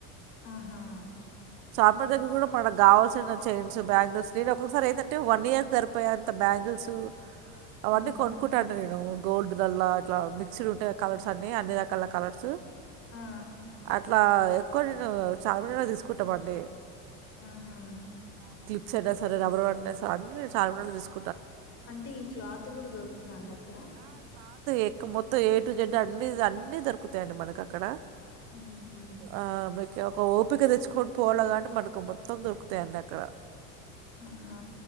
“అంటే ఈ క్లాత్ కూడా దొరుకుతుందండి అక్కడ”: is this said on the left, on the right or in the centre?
Left